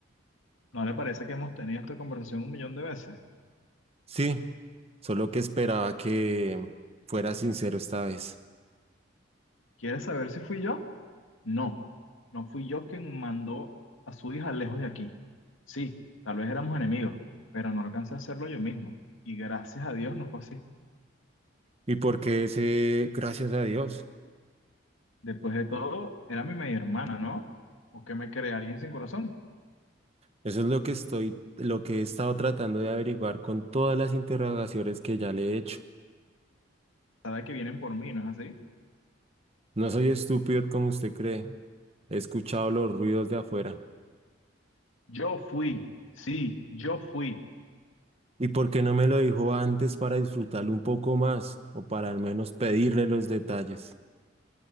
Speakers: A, on the left; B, on the right.
A: ¿No le parece que hemos tenido esta conversación un millón de veces?
B: Sí, solo que esperaba que fuera sincero esta vez.
A: ¿Quiere saber si fui yo? No, no fui yo quien mandó a su hija lejos de aquí. Sí, tal vez éramos enemigos, pero no alcancé a hacerlo yo mismo. Y gracias a Dios no fue así.
B: Y porque ese, gracias a Dios,
A: Después de todo, era mi media hermana, ¿no? ¿O qué me cree alguien sin corazón?
B: eso es lo que estoy, lo que he estado tratando de averiguar con todas las interrogaciones que ya le he hecho.
A: Sabe que vienen por mí, ¿no es así?
B: No soy estúpido como usted cree. He escuchado los ruidos de afuera.
A: Yo fui, sí, yo fui.
B: ¿Y por qué no me lo dijo antes para disfrutarlo un poco más o para al menos pedirle los detalles?